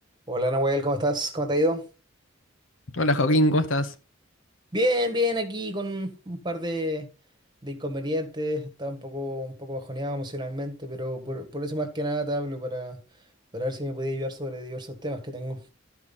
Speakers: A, on the right; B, on the left.
A: Hola Nahuel, ¿cómo estás? ¿Cómo te ha ido?
B: Hola Joaquín, ¿cómo estás?
A: Bien, bien, aquí con un par de, de inconvenientes, estaba un poco, un poco bajoneado emocionalmente, pero por, por eso más que nada te hablo para, para ver si me podía ayudar sobre diversos temas que tengo.